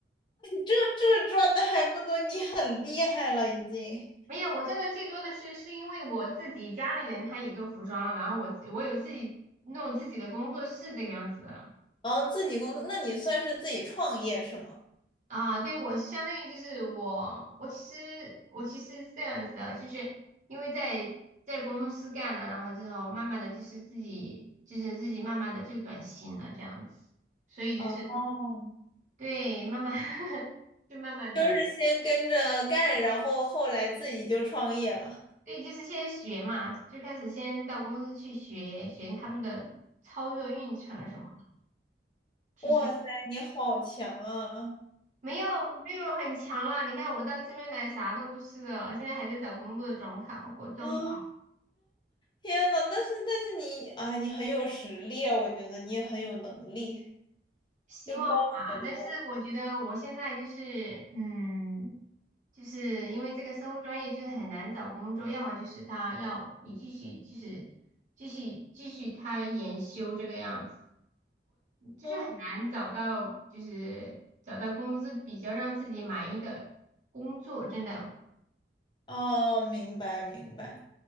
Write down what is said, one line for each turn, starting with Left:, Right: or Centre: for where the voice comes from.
Left: 这这赚的还不多，你很厉害了已经。
Right: 没有，我挣的最多的是是因为我自己家里人他也做服装，然后我我有自己弄自己的工作室这个样子的
Left: 然后自己工作，那你算是自己创业是吗？
Right: 啊。对，我相当于就是我我其实我其实是这样子的，就是因为在在公司干了，然后之后慢慢的就是自己就是自己慢慢的就转型了这样子。所以就是
Left: 哦，
Right: 对，慢慢 <laughs> 就慢慢的，
Left: 就是先跟着干，然后后来自己就创业了。
Right: 对，就是先学嘛，就开始先到公司去学学他们的操作运程什么的。其实
Left: 哇塞，你好强啊！
Right: 没有没有很强啦，你看我到这边来啥都不是的，现在还在找工作的状况，过状况，
Left: 啊，天呐，那是但是你啊，你很有实力啊，我觉得你也很有能力，
Right: 希望吧。
Left: 就包括你的。
Right: 但是我觉得我现在就是嗯，就是因为这个生物专业就是很难找工作，要么就是他要你继续就是继续继续开研修这个样子。就是很难找到，
Left: 嗯，
Right: 就是找到工资比较让自己满意的工作，真的。
Left: 哦，明白明白，